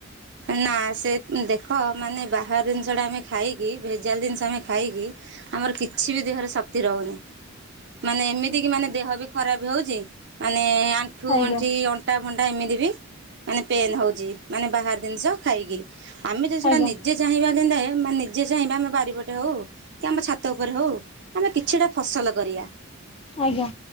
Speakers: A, on the right; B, on the left.
A: ନା ସେ ଦେଖ ମାନେ ବାହାର ଜିନିଷ ଟା ଆମେ ଖାଇକି ଭେଜାଲ ଜିନିଷ ଆମେ ଖାଇକି? ଆମର କିଛି ବି ଦେହରେ ଶକ୍ତି ରହୁନି। ମାନେ ଏମିତି କି ମାନେ ଦେହ ବି ଖରାପ ହଉଛି ମାନେ ଆଣ୍ଠୁଗଣ୍ଠି
B: ଆଜ୍ଞା
A: ଅଣ୍ଟା ଫଣ୍ଟା ଏମିତି ବି ମାନେ ପେନ୍ ହଉଛିା ଜିନିଷ ଖାଇକି ଆମେ ଯଦି ସେଟା
B: ଆଜ୍ଞା
A: ନିଜେ ଚାହିଁବା ଯେନ୍ତା। ନିଜେ ଚାାଇଁବା ଆମେ ବାରିପଟେ ହଉ କି ଆମ ଛାତ ଉପରେ ହଉ ଆମେ କିଛିଟା ଫସଲ କରିବା
B: ଆଜ୍ଞା